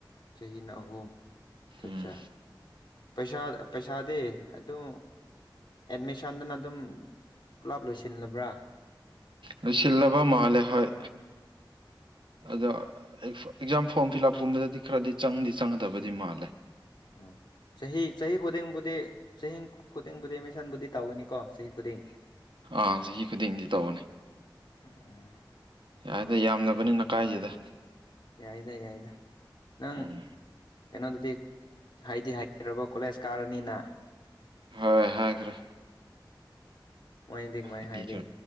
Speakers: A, on the left; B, on the right.
A: ꯆꯍꯤꯅ ꯑꯍꯨꯝ ꯆꯠꯆꯥ
B: ꯎꯝ
A: ꯄꯩꯁꯥ ꯄꯩꯁꯥꯗꯤ ꯑꯗꯨꯝ ꯑꯦꯠꯃꯤꯁꯟꯗꯨꯅ ꯑꯗꯨꯝ ꯄꯨꯂꯞ ꯂꯣꯏꯁꯤꯜꯂꯕ꯭ꯔꯥ꯫
B: ꯂꯣꯏꯁꯤꯜꯂꯥꯕ ꯃꯥꯂꯦ ꯍꯣꯏ꯫ ꯑꯗꯣ ꯑꯦꯛꯖꯥꯝ ꯐꯣꯔꯝ ꯐꯤꯜ ꯑꯞꯀꯨꯝꯕꯗꯗꯤ ꯈꯔꯗꯤ ꯆꯪꯗꯤ ꯆꯪꯒꯗꯕꯗꯤ ꯃꯥꯜꯂꯦ‌꯫
A: ꯑꯣ ꯆꯍꯤ ꯆꯍꯤ ꯈꯨꯗꯤꯡꯕꯨꯗꯤ ꯆꯍꯤ ꯈꯨꯗꯤꯡꯕꯨꯗꯤ ꯑꯦꯃꯤꯁꯟꯕꯨꯗꯤ ꯇꯧꯒꯅꯤꯀꯣ ꯆꯍꯤ ꯈꯨꯗꯤꯡ
B: ꯑꯥ ꯆꯍꯤ ꯈꯨꯗꯤꯡꯒꯤ ꯇꯧꯕꯅꯦ꯫
A: ꯎꯝ꯫
B: ꯌꯥꯏꯗ ꯌꯥꯝꯗꯕꯅꯤꯅ ꯀꯥꯏꯗꯦꯗ
A: ꯌꯥꯏꯗ ꯌꯥꯏꯗ ꯅꯪ
B: ꯎꯝ
A: ꯀꯩꯅꯣꯗꯨꯗꯤ ꯍꯥꯏꯗꯤ ꯍꯥꯏꯈ꯭ꯔꯕꯣ ꯀꯣꯂꯦꯖ ꯀꯥꯔꯅꯤꯅ
B: ꯍꯣꯏ ꯍꯥꯏꯈ꯭ꯔꯦ
A: ꯃꯣꯢꯗꯤ ꯀꯃꯥꯏ
B: ꯍꯥꯏꯕꯤꯈ꯭ꯔꯦ
A: ꯍꯥꯏꯔꯤ